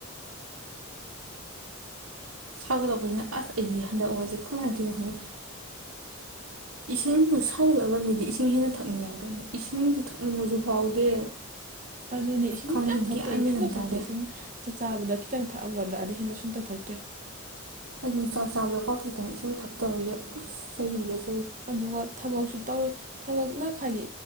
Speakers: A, on the right; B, on the right.
A: ꯁꯥꯒꯗꯧꯕꯁꯤꯅ ꯑꯁ ꯑꯩꯗꯤ ꯍꯟꯗꯛ ꯑꯣꯏꯔꯁꯦ ꯀꯔꯝꯍꯥꯏꯅ ꯇꯧꯅꯣ ꯈꯣꯠꯅꯤ ꯏꯁꯤꯡꯁꯨ ꯁꯥꯎꯒꯠꯂꯒ ꯃꯤꯗꯤ ꯏꯁꯤꯡ ꯍꯦꯟꯅ ꯊꯛꯅꯤꯡꯉꯦꯗꯅꯦ ꯏꯁꯤꯡꯁꯨ ꯊꯛꯅꯤꯡꯕꯁꯨ ꯐꯥꯎꯗꯦ
B: ꯑꯗꯨꯅꯦ ꯏꯁꯤꯡ
A: ꯈꯪꯗꯦ
B: ꯌꯥꯝ ꯌꯥꯝ ꯐꯛꯇꯦ
A: ꯒ꯭ꯌꯥꯟ
B: ꯁꯨꯡꯊꯛ
A: ꯃꯦꯟ ꯑꯃ
B: ꯐꯛꯇꯦ
A: ꯇꯥꯗꯦ
B: ꯏꯁꯤꯡ ꯆꯥꯕꯗꯈꯤ ꯈꯤꯇꯪ ꯊꯛꯑꯝꯒꯗ꯭ꯔꯥꯗꯤ ꯍꯦꯟꯅ ꯁꯨꯡꯇꯛ ꯊꯛꯇ꯭ꯔꯦ
A: ꯑꯗꯨꯝ ꯆꯥꯛ ꯆꯥꯕꯗ ꯀꯥꯎꯊꯣꯛꯇꯅ ꯏꯁꯤꯡ ꯊꯛꯇꯕꯒꯤ ꯆꯍꯤꯗꯠ
B: ꯑꯗꯨꯒ ꯊꯕꯛꯁꯨ ꯇꯧ ꯊꯕꯛꯅ ꯍꯥꯏꯗꯤ